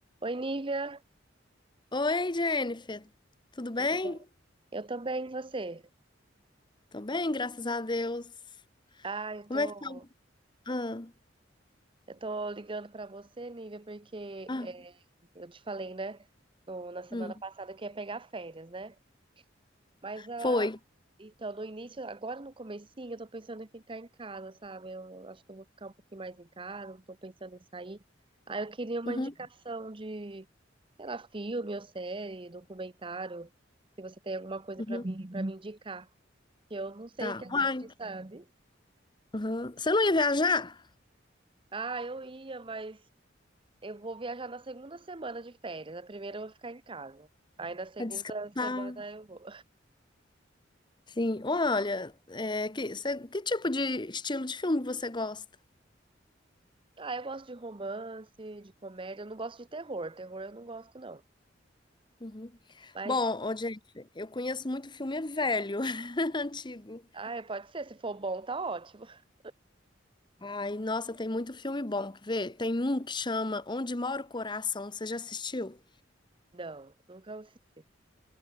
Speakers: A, on the right (about 25°); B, on the left (about 25°).
A: Oi, Nívia,
B: Oi, Jennifer. Tudo bem?
A: tudo bom? Eu tô bem, e você?
B: Tô bem, graças a Deus.
A: Ah, eu
B: Como
A: tô,
B: é que tá? o- Ah,
A: eu tô ligando pra você, Nívia, porque
B: ah,
A: é, eu te falei, né, no- na semana
B: hum.
A: passada que ia pegar férias, né? Mas a,
B: Foi.
A: então, no início, agora no comecinho, eu tô pensando em ficar em casa, sabe? Eu acho que eu vou ficar um pouquinho mais em casa, não tô pensando em sair. Aí eu queria uma
B: Uhum,
A: indicação de, sei lá, filme ou série, documentário, se você tem alguma coisa
B: uhum.
A: pra mim, para me indicar, que eu não sei
B: Tá.
A: o que assistir,
B: Uai.
A: sabe?
B: Uhum. Você não ia viajar?
A: Ah, eu ia, mas eu vou viajar na segunda semana de férias. Na primeira eu vou ficar em casa. Aí na segunda
B: Pra descansar.
A: semana eu vou.
B: Sim. Olha, é, que, cê- que tipo de estilo de filme você gosta?
A: Ah, eu gosto de romance, de comédia. Eu não gosto de terror. Terror eu não gosto, não.
B: Uhum.
A: Mas,
B: Bom, ô, Jennifer, eu conheço muito filme velho, <laughs> antigo.
A: ah, pode ser. Se for bom, tá ótimo. <laughs>
B: Ai, nossa, tem muito filme bom. Quer ver? Tem um que chama Onde Mora o Coração. Você já assistiu?
A: Não, nunca assisti.